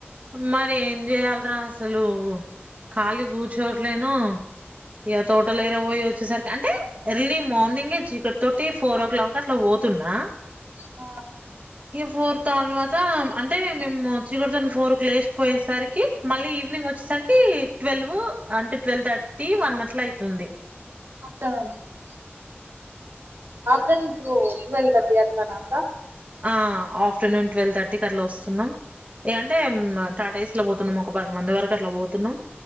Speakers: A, on the right (about 30°); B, on the right (about 60°).
A: మరి ఏం చేయ్యాలరా అసలు ఖాళీ కూర్చోట్లేను ఇక తోటలు ఇర పోయ వచ్చేసరికి అంటే ఎర్లీ మార్నింగే చీకటి తోటి ఫోర్ ఓ క్లాక్ అట్లా పోతున్నా
B: అ
A: ఇక ఫోర్ తర్వాత అంటే మేము చీకటి తోన ఫోర్ కి లేసి పోయేసరికి మళ్ళీ ఈవినింగ్ వచ్చేసరికి ట్వెల్వ్ అంటే ట్వెల్వ్ థర్టీ వన్ అట్లా అవుతుంది
B: ఆఫ్టర్నూన్ కి ఆఫ్టర్నూన్ టు టవల్వ్ కిఅ ఎలానాస
A: ఆ ఆఫ్టర్నూన్ ట్వెల్వ్ థర్టీకి అట్లా వస్తున్నాం ఏ అంటే మ్మ్ టాటాయిస్ అట్లా పోతున్నాం ఒక పది మంది వరకు అట్లా పోతున్నాం